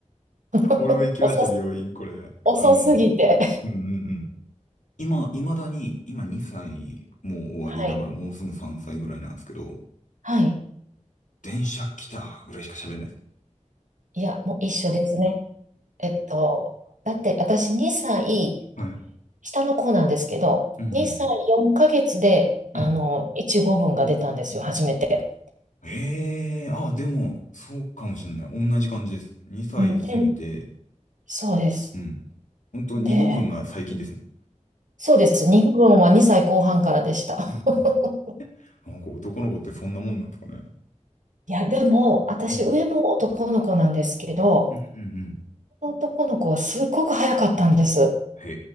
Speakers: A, on the right (about 80°); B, on the left (about 80°).
A: ん。<laughs>
B: 俺も行きました、
A: 遅す、
B: 病院、これ。
A: 遅すぎて。
B: あの、うんうんうん。今、未だに、今2歳、もう終わり、
A: はい。
B: だからもうすぐ3歳ぐらいなんですけど、
A: はい。
B: 電車来たぐらいしか喋んないです。
A: いや、もう一緒ですね。えっと、だって私2歳、
B: はい。うん
A: 下の子なんですけど、
B: うんうん。
A: 2歳4ヶ月で、
B: うん
A: あの、1語文が出たんですよ、初めて。
B: ええー、あ、でも、そうかもしんない。同じ感じです。2歳過ぎて、
A: うん、で、そうです。
B: うん。ほんと、
A: で、
B: 2語分が最近ですもん。
A: そうです。2語文は2歳後半からでした。
B: うんうん
A: <laughs>
B: なんか男の子ってそんなもんなんですかね。
A: いや、でも、私、
B: うん
A: 上も男の子なんですけど、
B: うんうんうん
A: この男の子はすっごく早かったんです。
B: へ